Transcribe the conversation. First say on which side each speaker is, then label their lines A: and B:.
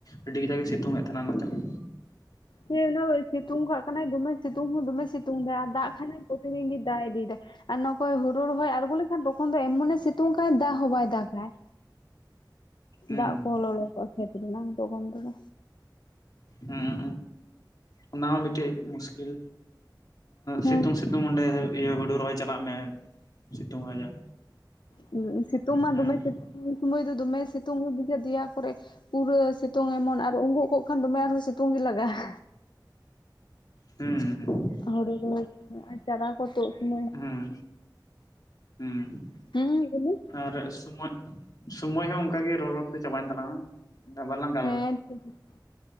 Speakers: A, on the left (about 55°); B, on the left (about 80°).
A: ᱟᱹᱰᱤ ᱠᱟᱡᱟᱠᱮ ᱥᱤᱛᱩᱝ ᱮᱫ ᱛᱟᱦᱮᱱᱟ ᱱᱚᱛᱮ ᱦᱚᱸ᱾
B: ᱦᱮᱸ ᱱᱚᱜᱼᱚᱭ ᱥᱤᱛᱩᱝ ᱠᱟᱜ ᱠᱟᱱᱟᱭ ᱫᱚᱢᱮ ᱥᱤᱛᱩᱝ ᱦᱚᱸ ᱫᱚᱢᱮ ᱥᱤᱛᱩᱝ ᱫᱟᱭ ᱟᱨ ᱫᱟᱜ ᱠᱷᱟᱡ ᱮ ᱯᱨᱚᱛᱤᱫᱤᱱ ᱜᱮᱭ ᱫᱟᱜ ᱤᱫᱤᱭᱫᱟᱭ᱾ ᱟᱨ ᱱᱚᱠᱚᱭ ᱦᱩᱲᱩ ᱨᱚᱦᱚᱭ ᱟᱬᱜᱚ ᱞᱮᱠᱷᱟᱱ ᱛᱚᱠᱷᱚᱱ ᱫᱚ ᱮᱢᱚᱱᱮ ᱥᱤᱛᱩᱝ ᱠᱟᱭ ᱫᱟᱜ ᱦᱚᱸ ᱵᱟᱭ ᱫᱟᱜ ᱟᱭ
A: ᱦᱩᱸ
B: ᱫᱟᱜ ᱠᱚ ᱞᱚᱞᱚ ᱠᱚᱜᱼᱟ ᱠᱷᱮᱛ ᱨᱮᱱᱟᱝ ᱛᱟᱠᱷᱚᱱ ᱛᱮᱫᱚ᱾
A: ᱦᱩᱸ ᱚᱱᱟ ᱦᱚᱸ ᱢᱤᱫᱴᱮᱱ ᱢᱩᱥᱠᱤᱞ
B: ᱦᱮᱸ
A: ᱥᱤᱛᱩᱝ ᱥᱤ ᱛᱩᱝ ᱚᱸᱰᱮ ᱤᱭᱟᱹ ᱦᱩᱲᱩ ᱨᱚᱦᱚᱭ ᱪᱟᱞᱟᱜ ᱢᱮ᱾ ᱥᱤᱛᱩᱝ ᱟᱡᱟᱠ
B: ᱦᱩᱸ ᱥᱤᱛᱩᱝ ᱢᱟ
A: ᱦᱩᱸ
B: ᱫᱚᱢᱮ ᱥᱤ ᱩᱱ ᱥᱚᱢᱚᱭ ᱫᱚᱢᱮ ᱥᱤᱛᱩᱝ ᱦᱚᱸ ᱵᱩᱡᱟᱹ ᱫᱮᱭᱟ ᱠᱚᱨᱮ ᱯᱩᱨᱟᱹ ᱥᱤᱛᱩᱝ ᱮᱢᱚᱱ ᱟᱨ ᱩᱜᱚᱜ ᱠᱚᱜ ᱠᱷᱟᱱ ᱫᱚᱢᱮ ᱟᱨᱦᱚᱸ ᱥᱤᱛᱩᱝ ᱜᱮ ᱞᱟᱜᱟᱜᱼᱟ᱾
A: ᱦᱩᱸ ᱦᱩᱸ
B: ᱦᱳᱲᱳ ᱨᱚᱦᱚᱭ ᱟᱨ ᱪᱟᱨᱟ ᱠᱚ ᱛᱩᱜ ᱥᱚᱢᱚᱭ᱾
A: ᱦᱩᱸ ᱦᱩᱸ
B: ᱦᱩᱸ ᱞᱮᱭᱢᱮ᱾
A: ᱟᱨ ᱥᱩᱢᱟᱹ ᱥᱩᱢᱟᱹᱭ ᱦᱚᱸ ᱚᱱᱠᱟ ᱜᱤ ᱨᱚᱲ ᱨᱚᱲ ᱛᱮ ᱪᱟᱵᱟᱭᱮᱱ ᱛᱟᱞᱟᱝᱼᱟ᱾ ᱵᱟᱞᱟᱝ
B: ᱦᱮᱸ ᱴᱷᱤᱠ ᱟᱪᱷᱮ